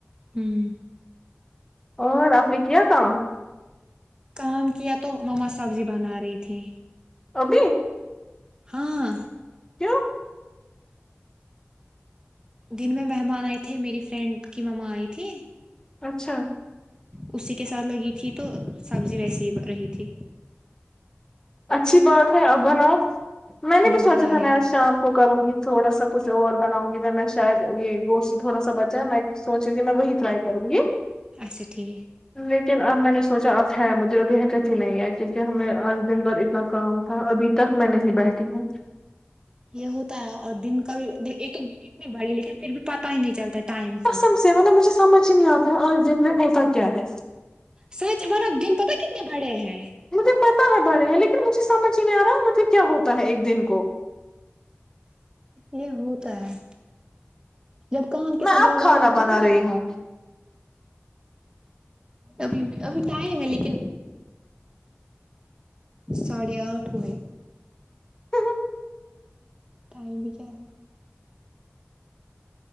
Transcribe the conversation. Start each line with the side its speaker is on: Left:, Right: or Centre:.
Right: ہوں
Left: اور آپ نے کیا کام
Right: کام کیا تو مما سبزی بنا رہی تھی
Left: ابھی
Right: ہاں
Left: کیوں
Right: دن میں مہمان آئے تھے میری فرینڈ کی مما آئی تھی
Left: اچھا
Right: اسی کے ساتھ لگی تھی تو سبزی ویسی ہی رہی تھی
Left: اچھی بات ہے ابن آ میں نے
Right: ہم
Left: بھی
Right: وہ بنا
Left: سوچا تھا
Right: رہی
Left: میں آج
Right: ہے
Left: شام کو کروں گی تھوڑا سا کچھ اور بناؤں گی میں میں شاید یہ گوشت تھوڑا سا بچا ہے میں سوچی ت میں وہی ٹرائی کروں گی
Right: اچھا ٹھیک
Left: لیکن اب میں نے سوچا اب ہے مجھے اب حٹت ہی نہیں ہے کیونکہ ہمیں آج دن بھر اتنا کام تھا ابھی تک میں نہیں بیٹھی ہوں
Right: یہ ہوتا ہے اور دن کل ایک ایک دن اتنی بڑی لیکن پھر بھی پتا ہی نہیں چلتا ٹائم کا
Left: سم سے مطلب مجھے سمجھ کچھ نہیں آتا اور دن میں رہتا کیا ہے
Right: سچ بار اب دن پتتا کتنے بڑے ہیں
Left: مجھے پتا ہے بڑے ہیں مجھے سمجھ نہیں آ رہا مجھے کیا ہوتا ہے ایک دن کو
Right: یہ ہوتا ہے جب کام کے
Left: میں
Right: ساتھ زیادہ
Left: اب کھانا
Right: لگتے
Left: بنا
Right: ہیں نا
Left: رہی ہوں
Right: ابھی ابھی ٹائم ہے لیکن ساڑھے آٹھ ہوئے
Left: ہ <inaudible>
Right: ٹائم بھی کیا ہے